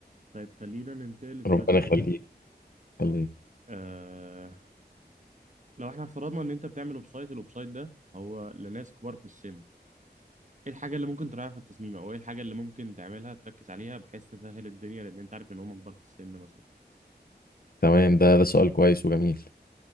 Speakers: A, on the right; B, on the left.
A: طيب خلينا ننتقل لسؤال
B: ربنا يخليك يخليك
A: آه لو احنا افترضنا ان انت بتعمل ويب سايت الويب سايت ده هو لناس كبار في السن ايه الحاجه اللي ممكن تراعيها في التصميم او ايه الحاجه اللي ممكن تعملها تركز عليها بحيث تسهل الدنيا لان انت عارف ان هم كبار في السن مثلا
B: تمام ده ده سؤال كويس وجميل